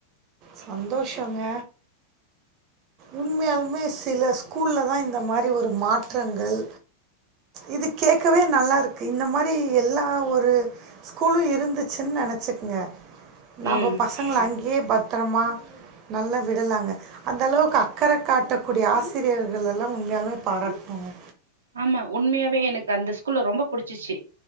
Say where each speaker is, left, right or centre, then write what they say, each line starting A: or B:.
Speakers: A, on the right (about 35°); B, on the right (about 70°).
A: சந்தோஷோங்க உண்மையாலுமே சில ஸ்கூல்லதா இந்த மாரி ஒரு மாற்றங்கள் இது கேக்கவே நல்லாருக்கு இந்த மாரி எல்லா ஒரு ஸ்கூலு இருந்துச்சுன் நெனச்சிக்ங்க நம்ப
B: ம்
A: பசங்கள அங்கயே பத்தரமா நல்லா விடலாங்க அந்த அளவுக் கு அக்கற காட்டக்கூடிய ஆசிரியர்களெல்லா உண்மையாலுமே பாராட்டணுங்க
B: ஆமா உண்மையாவே எனக்கு அந்த ஸ்கூல ரொம்ப புடிச்சுர்ச்சி